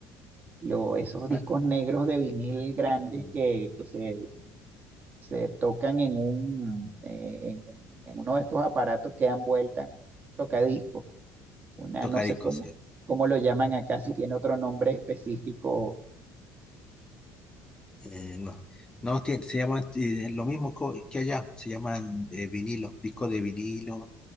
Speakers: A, on the right; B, on the left.
A: Lo- esos discos
B: Ah,
A: negros de vinil grandes
B: mm,
A: que, que se se tocan en un, eh, en, un- en uno de estos aparatos que dan vuelta, un tocadiscos, una
B: toca
A: no sé
B: discos,
A: cómo,
B: sí.
A: cómo lo llaman acá, si tiene otro nombre específico,
B: Eh, no, no tiene- se llama eh, lo mismo co- que allá, se llaman eh, vinilo, disco de vinilo